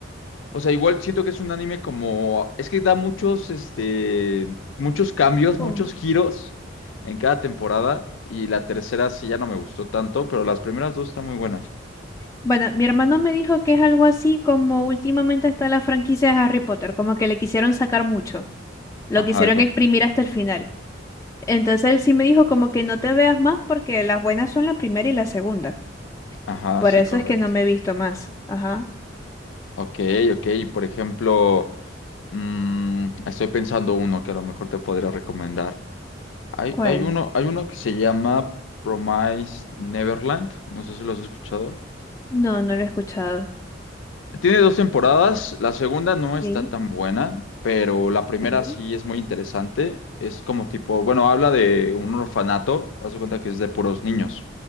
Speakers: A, on the left; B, on the left.
A: O sea, igual siento que es un anime como... Es que da muchos, este, muchos cambios, muchos
B: Oh.
A: giros en cada temporada. Y la tercera sí ya no me gustó tanto, pero las primeras dos están muy buenas.
B: Bueno, mi hermano me dijo que es algo así como últimamente está la franquicia de Harry Potter, como que le quisieron sacar mucho. Lo
A: Ajá,
B: quisieron
A: con
B: exprimir hasta el final. Entonces él sí me dijo como que no te veas más porque las buenas son la primera y la segunda.
A: ajá,
B: Por
A: sí,
B: eso
A: correcto.
B: es que no me he visto más. Ajá.
A: Ok, ok. Y por ejemplo, mm, estoy pensando uno que a lo mejor te podría recomendar. Hay,
B: ¿Cuál?
A: hay uno, hay uno que se llama Promise Neverland. No sé si lo has escuchado.
B: No, no lo he escuchado.
A: Tiene dos temporadas, la segunda no está
B: Ok,
A: tan buena, pero la primera
B: ok.
A: sí es muy interesante. Es como tipo, bueno, habla de un orfanato, haz de cuenta que es de puros niños.